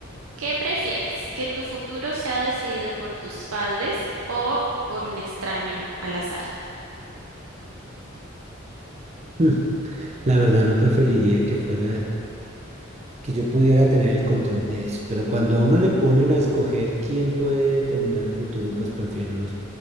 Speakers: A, on the right; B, on the right.
A: ¿Qué prefieres? ¿Que tu futuro sea decidido por tus padres o por un extraño al azar?
B: Hmm, La verdad no preferiría que fuera que yo pudiera tener el control de eso. Pero cuando a uno le ponen a escoger quién puede determinar el futuro, pues prefiero los,